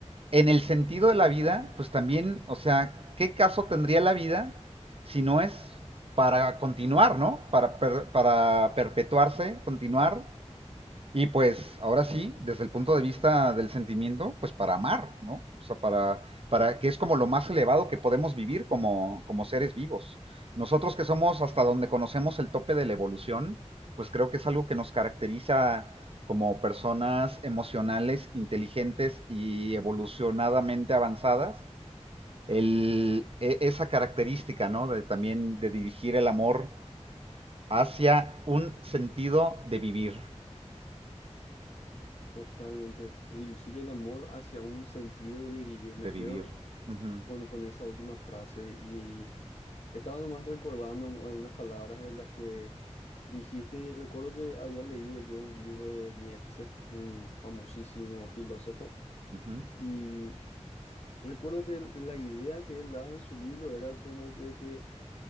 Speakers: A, on the right; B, on the left.
A: en el sentido de la vida, pues también, o sea, ¿qué caso tendría la vida si no es para continuar, ¿no? Para, per- para perpetuarse, continuar y pues, ahora sí, desde el punto de vista del sentimiento, pues para amar, ¿no? O sea, para, para que es como lo más elevado que podemos vivir como, como seres vivos. Nosotros que somos hasta donde conocemos el tope de la evolución, pues creo que es algo que nos caracteriza como personas emocionales, inteligentes y evolucionadamente avanzadas, el, e- esa característica, ¿no? De también de dirigir el amor hacia un sentido de vivir,
B: Totalmente. Dirigir el amor hacia un sentido de vivir.
A: de
B: Me
A: vivir.
B: quedo
A: Ujú.
B: con, con esa última frase y estaba nomás recordando algunas palabras de las que dijiste y recuerdo que había leído yo un libro de Nietzsche, un famosísimo filósofo,
A: Ujú.
B: y recuerdo que la idea que él daba en su libro era como que de que,